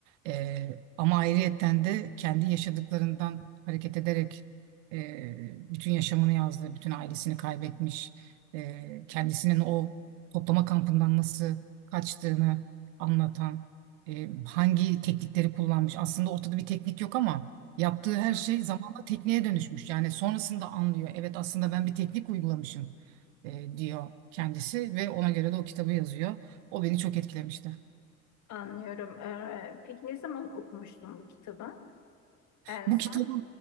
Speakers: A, on the right; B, on the left.
A: E, ama ayrıyetten de kendi yaşadıklarından hareket ederek e, bütün yaşamını yazdı. Bütün ailesini kaybetmiş. e, kendisinin o toplama kampından nasıl kaçtığını anlatan, e, hangi teknikleri kullanmış. Aslında ortada bir teknik yok ama yaptığı her
B: hı.
A: şey zamanla tekniğe dönüşmüş. Yani sonrasında anlıyor. Evet aslında ben bir teknik uygulamışım e, diyor kendisi ve ona göre de o kitabı yazıyor. O beni çok etkilemişti.
B: Anlıyorum. Ee, peki ne zaman okumuştun bu kitabı? En
A: Bu
B: son?
A: kitabı